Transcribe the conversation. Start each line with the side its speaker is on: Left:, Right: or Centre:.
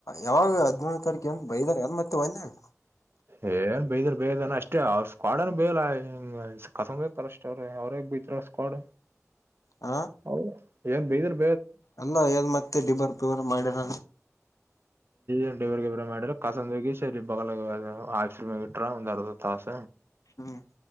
Left: ಯಾವಾಗ ಹದಿನೆಳನೆ ತಾರೀಕು ಅಂತ ಬೈದಾರ ಅ ಮತ್ತೆ ಮನ್ಯಾಗ
Right: ಏನ್ ಬೈದಾರ ಬೇದನ ಅಷ್ಟೇ ಅವ ಕವಾಡನು ಬೇಯಲ್ಲ ಕಸಮ ಬತಾರ ಅಷ್ಟ ಅವ್ರ ಅವ್ರೇ ಬೈತಾ ರ್ ಸ್ಕ್ವೇಡ್
Left: ಹ
Right: ಹೌದ ಏನ್ ಬಿದರ್
Left: ಅಲ್ಲ ಎನ್ ಮತ್ತೆ ದೀಬಾರ್ ಪಬರ್ ಮಾಡಿರ
Right: ಇಬ್ರಗ ಇಬ್ಬ್ರ ಮಾಡಿರ ಕಸಂದ ಹೋಗಿ ಸ ಬಲ ಆಫಸ ಮ ಇಟ್ರ ಒಂದ್ ಅರ್ಧ ತಾಸ
Left: ಹ್ಮ್